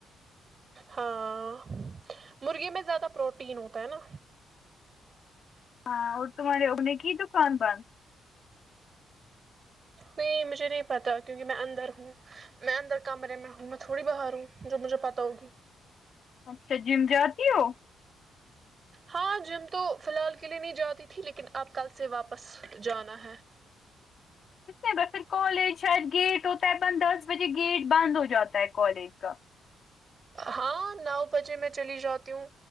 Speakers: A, on the right; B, on the left.
A: ہاں مرغی میں زیادہ پروٹین ہوتا ہے نا
B: ہاں اور تمہارے اگنے کی دکان بند
A: نہیں مجھے نہیں پتا کیونکہ میں اندر ہوں میں اندر کمرے میں ہوں میں تھوڑی باہر ہوں جو مجھے پتاہ ہوگی
B: اچھا جیم جاتی ہو
A: ہاں جم تو فی الحال کے لیے نہیں جاتی تھی لیکن آپ کل سے واپس جانا ہے
B: کتنے ب پھر کالج شاید گیٹ ہوتا ہے بند دس بجے گیٹ بند ہو جاتا ہے کالج کا
A: ہاں نو بجے میں چلی جاتی ہوں